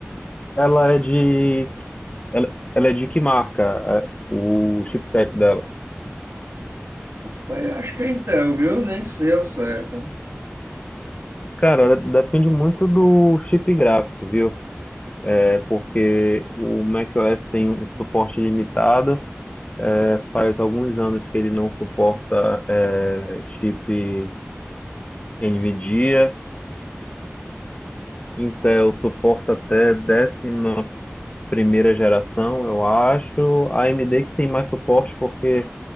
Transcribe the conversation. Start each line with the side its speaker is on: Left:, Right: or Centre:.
Left: Ela é de. Ela, ela é de que marca é, o chipset dela?
Right: Mas Eu acho que é Intel, viu? Nem sei ao certo.
Left: Cara, ela depende muito do chip gráfico, viu? É porque o macOS tem um suporte limitado. É, faz alguns anos que ele não suporta é, chip NVIDIA. Intel suporta até décima primeira geração, eu acho. A AMD que tem mais suporte porque